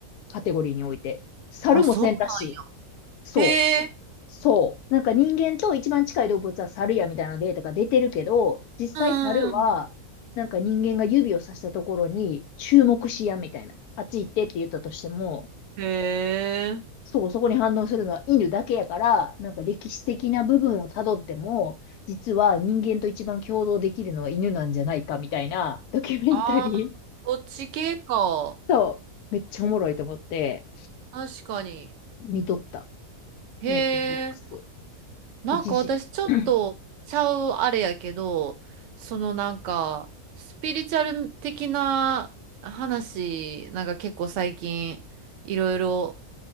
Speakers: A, on the left; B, on the right.
A: カテゴリーにおいて。猿もせんらしい。
B: あ、そうなんや。
A: そう。
B: へえ、
A: そう。なんか人間と一番近い動物は猿やみたいなデータが出てるけど、実際猿は、
B: うん。
A: なんか人間が指をさしたところに注目しやみたいな。あっち行ってって言ったとしても、
B: へえ。
A: そう、そこに反応するのは犬だけやから、なんか歴史的な部分をたどっても、実は人間と一番共同できるのは犬なんじゃないかみたいなドキュメンタリー。
B: ああ、そっち系か。
A: そう。めっちゃおもろいと思って
B: 確かに。
A: 見とった。
B: へ
A: ネットフリックス。
B: え。なんか私ちょっとちゃうあれやけど、
A: 一時。<clears throat>
B: そのなんかスピリチュアル的な話、なんか結構最近いろいろ